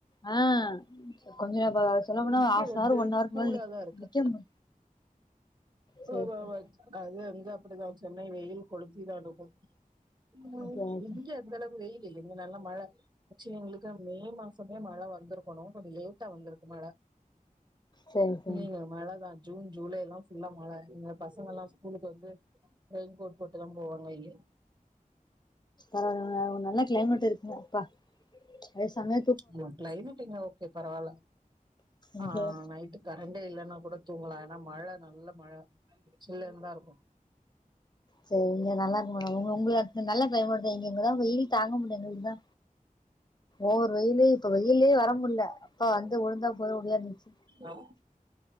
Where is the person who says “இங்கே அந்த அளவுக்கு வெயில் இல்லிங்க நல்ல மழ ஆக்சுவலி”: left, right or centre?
Right